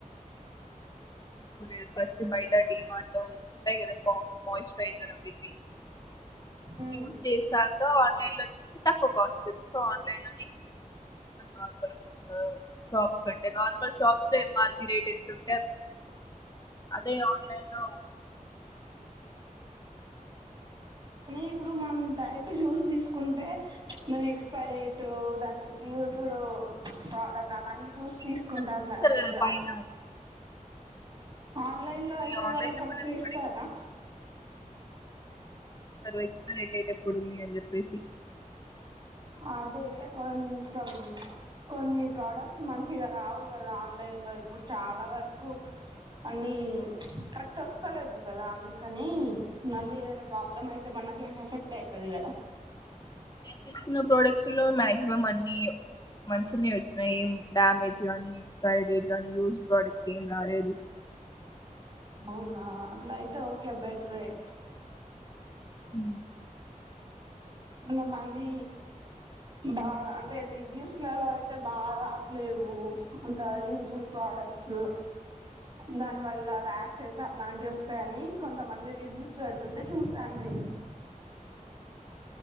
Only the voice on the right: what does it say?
ఉమ్
ఇప్పుడు మనం డైరెక్ట్ జ్యూస్ తీసుకుంటే దాని ఎక్స్పైరేట్ దాని వ్యూస్డ్ ప్రోడక్ట్ అవన్నీ చూ
తీసుకుంటాం
కదా కరెక్ట్గా
ఆన్లైన్ లో అయితే
వాళ్ళు
కరెక్ట్
గా
ఇస్తారా
అదే కొంచెం కొన్ని ప్రోడక్ట్స్ మంచిగా రావు కదా ఆన్లైన్ లో ఇప్పుడు చాలా వరకు అన్ని కరెక్ట్ వస్తాలేవు కదా అందుకని మళ్ళీ ఏదైనా ప్రాబ్ల ము అయితే మనకి ఎఫెక్ట్అయితుదిదకా
అవునా అట్లాయితే ఓకే బెటర్ ఎ
కొంతమంది బా అంటే రివ్యూస్లలో అయితే బాగా రాట్లేవు అంత యూజడ్ ప్రొడక్ట్స్ దాని వల్ల ర్యాషెస్ అట్లాంటివి వస్తాయని కొంతమంది రివ్యూస్ లో పెడుతుంటే చూసాను నేను